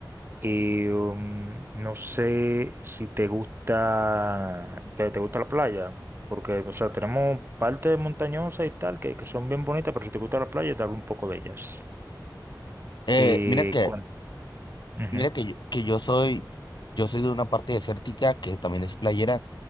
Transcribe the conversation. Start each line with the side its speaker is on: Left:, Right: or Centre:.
Right: Y um, no sé si te gusta, te, te gusta la playa, porque, o sea, tenemos partes montañosas y tal que, que son bien bonitas, pero si te gusta la playa, te hablo un poco de ellas.
Left: Eh,
Right: Y,
Left: mira que,
Right: cuan- Ujú,
Left: mira que, yo- que yo soy, yo soy de una parte desértica que también es playera.